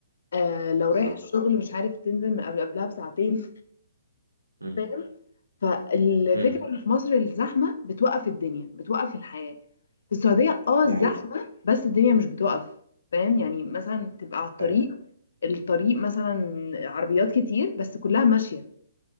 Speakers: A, on the left (about 60°); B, on the right (about 85°).
A: آه لو
B: بالظبط
A: رايح الشغل مش عارف تنزل من قبل قبلها بساعتين
B: امم
A: فاهم فالفكرة
B: امم
A: ان في مصر الزحمة بتوقف الدنيا بتوقف الحياة في السعودية اه الزحمة
B: دي حقيقه
A: بس الدنيا مش بتوقف فاهم يعني مثلا تبقى على الطريق
B: ايوه
A: الطريق مثلا عربيات كتير بس كلها ماشية